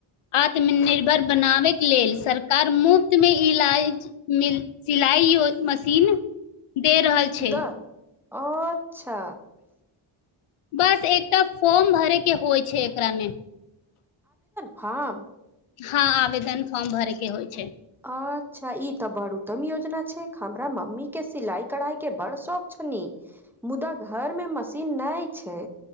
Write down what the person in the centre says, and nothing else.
द अच्छा
हाँ
अच्छा ई तऽ बड़ उत्तम योजना छै हमरा मम्मी के सिलाई कढ़ाई के बड़ शौक छै मुदा घर मे मशीन नहि छै